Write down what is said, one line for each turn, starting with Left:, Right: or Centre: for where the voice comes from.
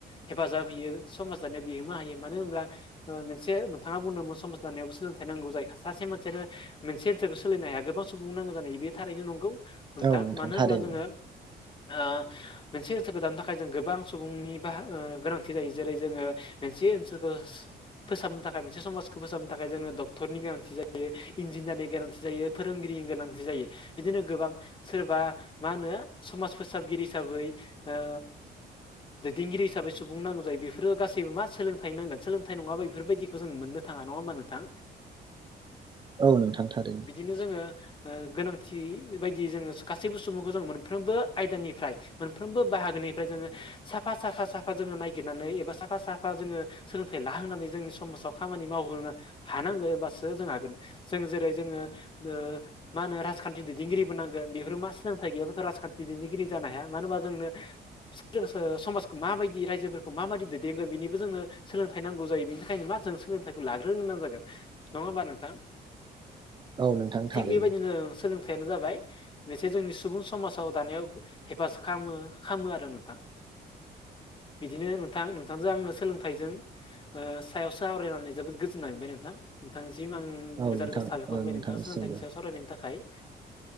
Left: हेफाजाब होयो समाज दानायाव बिहोमा होयो मानो होनब्ला मोनसे नोंथाङा बुंदोंमोन समाज दानायावबो सो लोंथाइ नांगौ जायो सासे मानसियानो मोनसे ओनसोलखौ सोलिनो हाया गोबां सुबुं नांगौ जानाय बे थारैनो नंगौ नोंथाङा
Right: औ नोंथां
Left: मानो
Right: थारैनो
Left: होमब्ला जोङो ओ मोनसे ओनसोलखौ दानो थाखाय जों गोबां सुबुंनि बाह गोनांथि जायो जेरै जोङो मोनसे ओनसोलखो फोसाबनो थाखाय मोनसे समाजखौ फोसाबनो थाखाय जोनो डक्टरनि गोनां थि जायो इन्जिनियारनि गोनांथि जायो फोरोंगिरिनि गोनांथि जायो बिदिनो गोबां सोरबा मा होनो समाज फोसाबगिरि हिसाबै ओ दैदेनगिरि हिसाबै सुबुं नांगौ जायो बेफोरो गासैबो मा सोलोंथाइ नांगोन सोलोंथाइ नङाबा बेफोरबायदिखौ जों मोननो थाङा नङा होनबा नोंथां
Right: औ नोंथां थारैनो
Left: बिदिनो जोङो ओ गोनां थि बायदि जोङो गासैबो सुबुंखो जों मोनफ्रोमबो आयदानिफ्राय मोनफ्रोमबो बाहागोनिफ्राय जोङो साफा साखा साफा जोङो नागिरनानै एबा साफा साफा जोङो सोलोंथाइ लाहोनानै जोंनि समाजाव खामानि मावहोनो हानांगो बा सो जों हागोन जों जेरै जोङो ओ मा होनो राजखान्थि दैदेनगिरिबो नांगोन बेफोर मानसि गैयाबाथ' राजखान्थि दैदेनगिरि जानो हाया मानो होनबा जोंनो समाजखौ मा बायदि रायजोफोरखौ मा माबादि दैदेनगोन बेनिबो जोंनो सोलोंथाइ नांगौ जायो बेनि थाखायनो मा जों सोलोंथाइखौ लाग्रोहोनो गोनां जागोन नङा होमबा नोंथां
Right: औ नोंथां
Left: थिग
Right: थारैनो
Left: बेबायदिनो सोलों थाइयानो जाबाय बेसो जोंनि सुबुं समाजाव दानायाव हेफाजाब खामो खामो आरो नोंथां बिदिनो नोंथां नोंथांजों आङो सोलों थाइजों ओ सायाव सावरायनानै जोबोद गोजोननाय मोनबाय नोंथां नोंथां सिम आं
Right: औ
Left: रोजा
Right: नोंथां
Left: रोजा साबायखर
Right: औ
Left: होबाय
Right: नोंथांनिसिमबो
Left: नोंथां सोलोंथाइनि सायाव सावरायनायनि थाखाय